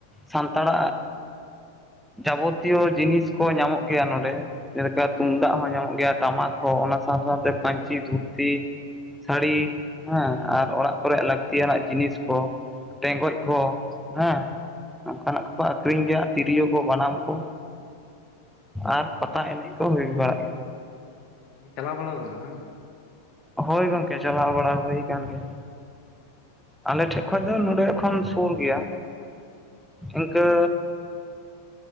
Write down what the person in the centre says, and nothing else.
ᱥᱟᱱᱛᱟᱲᱟᱜ ᱡᱟᱵᱚᱛᱤᱭᱟᱹ ᱡᱤᱱᱤᱥ ᱠᱚ ᱧᱟᱢᱚᱜ ᱜᱮᱭᱟ ᱱᱚᱰᱮ᱾ ᱡᱮᱞᱮᱠᱟ ᱛᱩᱢᱫᱟᱜ ᱦᱚᱸ ᱧᱟᱢᱚᱜ ᱜᱮᱭᱟ ᱴᱟᱢᱟᱠ ᱦᱚᱸ ᱚᱱᱟ <unintelligible> <unintelligible> ᱥᱟᱶᱛᱮ ᱯᱟᱹᱧᱪᱤ ᱫᱷᱩᱛᱤ ᱥᱟᱹᱲᱤ ᱦᱮᱸ ᱟᱨ ᱚᱲᱟᱜ <unintelligible> ᱞᱟᱹᱠᱛᱤᱭᱟᱱᱟᱜ ᱡᱤᱱᱤᱥ ᱠᱚ ᱴᱮᱸᱜᱚᱡ ᱠᱚ ᱦᱮᱸ᱾ ᱚᱱᱠᱟᱱᱟᱜ ᱠᱚᱠᱚ ᱟᱹᱠᱷᱨᱤᱧ ᱜᱮᱭᱟ ᱛᱤᱨᱭᱳ ᱠᱚ ᱵᱟᱱᱟᱢ ᱠᱚ᱾ ᱟᱨ ᱯᱟᱛᱟ ᱮᱱᱮᱡ ᱠᱚ ᱵᱷᱤᱲ ᱵᱟᱲᱟᱜ
ᱦᱳᱭ ᱜᱚᱢᱠᱮ ᱪᱟᱞᱟᱣ ᱵᱟᱲᱟ ᱦᱩᱭ ᱟᱠᱟᱱ ᱜᱮᱭᱟ᱾ ᱟᱞᱮ ᱴᱷᱮᱱ ᱠᱷᱚᱱ ᱫᱚ ᱱᱚᱰᱮ ᱠᱷᱚᱱ ᱥᱩᱨ ᱜᱮᱭᱟ᱾ ᱤᱱᱠᱟᱹ